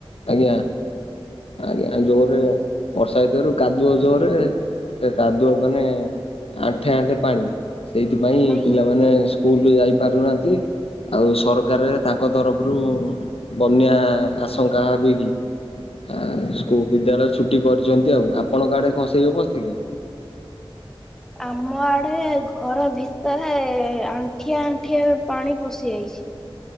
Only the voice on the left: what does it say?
ଆଜ୍ଞା ଆଜ୍ଞା ଜୋରେ ବର୍ଷା ଭିତରୁ କାଦୁଅ ଜୋରେ ସେ କାଦୁଅ ମାନେ ଆଣ୍ଠେ ଆଣ୍ଠେ ପାଣି, ସେଇଥିପାଇଁ
ପିଲାମାନେ ସ୍କୁଲୁ ଯାଇ ପାରୁନାହାନ୍ତି ଆଉ ସରକାର ତାଙ୍କ ତରଫରୁ ବନ୍ୟା ଆଶଙ୍କା ହେବେ କିି? ସ୍କୂଲ ବିଦ୍ୟାଳୟ ଛୁଟି କରିୁଛନ୍ତି ଆଉ। ଆପଣଙ୍କ ଆଡେ କଣ ସେଇ ଅବସ୍ଥା କି?